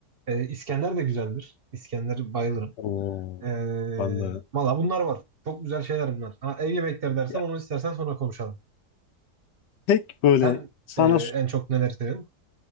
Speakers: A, on the right (about 45°); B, on the left (about 85°).
A: E, İskender de güzeldir. İskender bayılırım.
B: Oo,
A: E,
B: ben de.
A: valla bunlar var. Çok güzel şeyler bunlar. Ha, ev yemekleri dersen
B: Ya
A: onu istersen sonra konuşalım.
B: tek böyle
A: Sen
B: sana
A: e, en çok neleri seviyorsun?